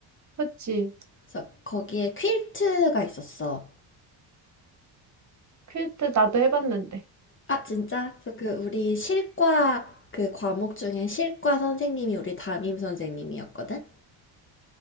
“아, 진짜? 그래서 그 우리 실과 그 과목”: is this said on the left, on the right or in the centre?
Left